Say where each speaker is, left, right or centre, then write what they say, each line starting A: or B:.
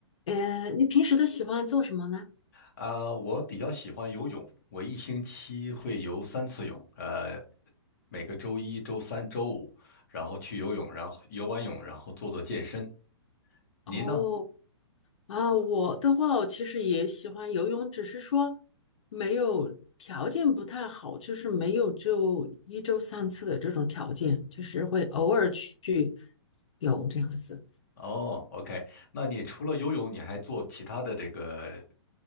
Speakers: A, on the left; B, on the left.
A: 呃，你平时都喜欢做什么呢？
B: 啊，我比较喜欢游泳，我一星期会游三次泳，呃，每个周一、周三、周五，然后去游泳，然后游完泳，然后做做健身。您呢？
A: 哦，啊，我的话，我其实也喜欢游泳，只是说没有条件不太好，就是没有就一周三次的这种条件，就是会偶尔去去游这样子。
B: 哦，OK，那你除了游泳，你还做其他的这个